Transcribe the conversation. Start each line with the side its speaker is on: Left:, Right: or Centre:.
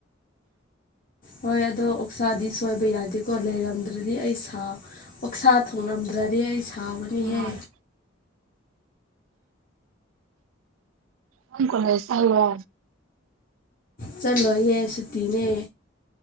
Left: ꯍꯣꯏ ꯑꯗꯣ ꯑꯣꯛꯁꯥꯗꯤ ꯁꯣꯏꯕ ꯌꯥꯗꯦꯀꯣ ꯂꯩꯔꯝꯗ꯭ꯔꯗꯤ ꯑꯩ ꯑꯣꯛꯁꯥ ꯊꯣꯉꯝꯗ꯭ꯔꯗꯤ ꯑꯩ ꯁꯥꯎꯒꯅꯤꯍꯦ
Right: ꯎꯝ ꯀꯟ ꯀꯂꯦ ꯆꯉ
Left: ꯆꯠꯂꯣꯌꯦ ꯁꯨꯇꯤꯅꯦ